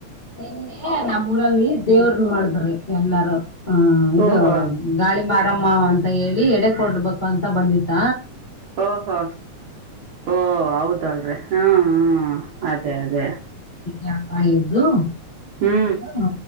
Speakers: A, on the left (about 45°); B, on the right (about 75°).
A: ನಿನ್ನೆ ನಮ್ಮೂಊರಲ್ಲಿ ದೇವ್ರನ್ನ ಮಾಡುದು ರಿ ಎಲ್ಲಾರೂ ಹ ಇದು
B: ಓಹೋ
A: ಗಾಳಿ ಮಾರ <unintelligible> ನಮ್ಮ ಅಂತ ಹೇಳಿ ಎಡೆ ಕೊಡ್ಬೇಕು ಅಂತ ಬಂದಿತ್ತ
B: ಓಹೋ ಓ ಹೌದಳ್ರಿ ಹ್ಮ್ ಹ್ಮ್ ಅದೇ ಅದೇ
A: ಯಾಪ ಇದ್ದು
B: ಹ್ಞೂ
A: ಹ